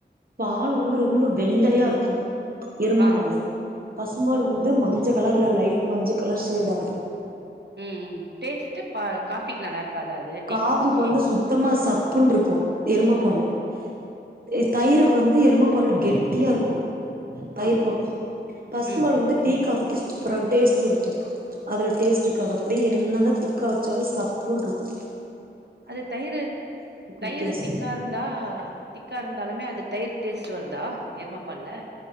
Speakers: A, on the right (about 50°); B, on the right (about 65°).
A: பால் வந்து ரொம்ப வெள்ளையாயிருக்கோ எரும
B: ஆ
A: பாலு பசும்பால்
B: ஓஹோ
A: வந்து மஞ்ச கலர் இல்ல லைட் மஞ்ச கலர் ஷேடாயிருக்கு
B: உம் ம் டேஸ்ட்டு பா காபிக்கு நல்லாயிருக்காத அது டீ
A: காபிக்கு
B: காஃபிக்கு
A: வந்து சுத்தமா சப்புன்ருக்கோ எரும பாலு
B: ஓ
A: <unintelligible> தயிருக்கு வந்து எரும பால் கெட்டியாயிருக்கு
B: ஆ
A: தயிர் போட்டா பசும்பால்
B: ம்
A: வந்து டீ காபி கி சூப்பரான் டேஸ்ட்ருக்கு அதுல டேஸ்ட்ருக்காது அப்டியே என்னதா திக்கா வெச்சாலோ சப்புன்ருக்கு
B: அது தயிரு -தயிரு
A: வித்தியாசோ
B: திக்காயிருந்தா- திக்காயிருந்தாலுமே அது தயிர் டேஸ்ட் வருதா எருமப்பால்ல